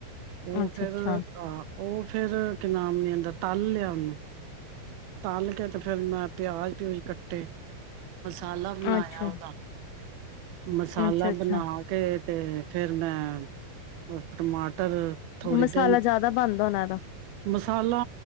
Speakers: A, on the right; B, on the left.
A: ਉਹ
B: ਅੱਛਾ
A: ਫੇਿਰ
B: ਅੱਛਾ
A: ਆਹ ਉਹ ਫੇਿਰ ਕੀ ਨਾਮ ਨੇ ਅਦਰ ਤਲ ਲਿਆ ਉਹਨੂੰ ਤਲ ਕੇ ਤੇ ਫੇਿਰ ਮੈਂ ਪਿਆਜ ਪਿਊਜ ਕੱਟੇ ਮਸਾਲਾ ਬਣਾਇਆ
B: ਅੱਛਾ
A: ਉਹਦਾ ਮਸਾਲਾ
B: ਅੱਛਾ ਅੱਛਾ
A: ਬਣਾ ਕੇ ਤੇ ਫੇਰ ਮੈਂ ਉਸ ਵਿੱਚ ਟਮਾਟਰ ਪਰ ਥੋੜੀ
B: ਮਸਾਲਾ
A: ਦੇਹੀਂ
B: ਜ਼ਿਆਦਾ ਬਣਦਾ ਹੋਣਾ ਇਹਦਾ
A: ਮਸਾਲਾ